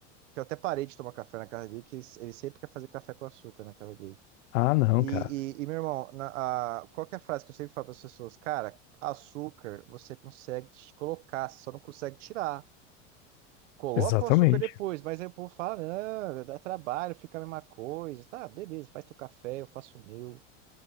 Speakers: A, on the right (about 80°); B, on the left (about 80°).
A: que eu até parei de tomar café na casa dele, que ele, ele sempre quer fazer café com açúcar na casa dele.
B: Ah, não,
A: E,
B: cara.
A: e, e, meu irmão, na, a, qual que é a frase que eu sempre falo para as pessoas? Cara, açúcar você consegue colocar, você só não consegue tirar. Coloca
B: Exatamente.
A: o açúcar depois, mas aí o povo fala, ah, dá trabalho, fica a mesma coisa. Tá, beleza, faz teu café, eu faço o meu.